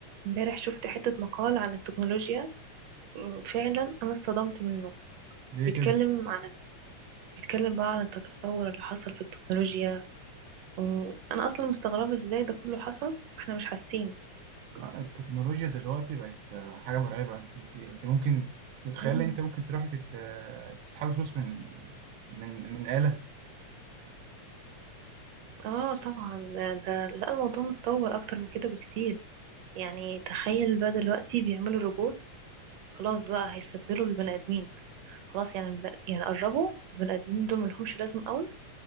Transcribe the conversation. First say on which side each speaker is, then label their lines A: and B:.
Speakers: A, on the right; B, on the right.
A: امبارح شفت حتة مقال عن التكنولوجيا م، فعلا أنا اتصدمت منه
B: ليه
A: بيتكلم
B: كده؟
A: عن بيتكلم بقى عن التطور اللي حصل في التكنولوجيا م، أنا أصلا مستغربة ازاي ده كله حصل احنا مش حاسين
B: لا التكنولوجيا دلوقتي بقت آه، حاجة مرعبة انت انت انت ممكن تتخيل
A: مم.
B: انت ممكن تروحي تت... آه، تسحبي فلوس من من من آلة
A: اه طبعا ده, ده لا الموضوع متطور أكتر من كده بكتير يعني تخيل بقى دلوقتي بيعملوا روبوت خلاص بقى هيستبدلوا البني آدمين خلاص يعني البني- يعني قربوا البني آدمين دول ملهمش لازمة قوي